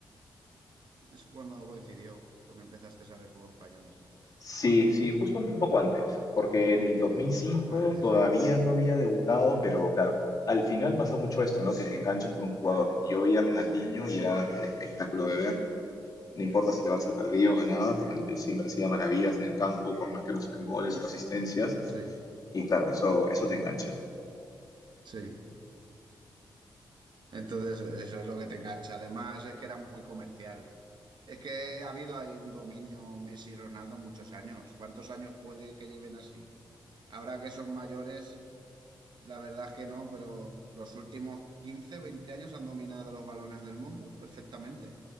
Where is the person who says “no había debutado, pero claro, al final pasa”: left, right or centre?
Left